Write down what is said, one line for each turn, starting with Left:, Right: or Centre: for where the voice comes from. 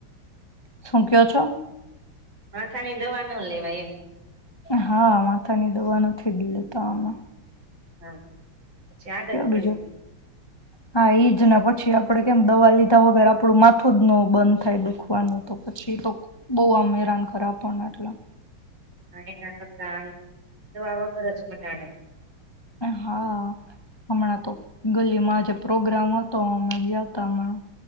Left: શું કયો છો?
Right: માથાની દવા ન લેવાય એમ.
Left: હા માથાની દવા નથી જ લેતા અમે.
Right: હા. આદત પડી
Left: બીજો
Right: જાય.
Left: હા ઈ જને પછી આપડે કેમ દવા લીધા વગર આપણું માથું જ ન બંધ થાય દુખવાનું તો પછી એ તો બહુ આમ હેરાન કરે આપણને એટલે.
Right: હ <unintelligible>
Left: હા, હમણાં તો ગલીમાં આજે પ્રોગ્રામ હતો, અમે ગયાતા હમણાં,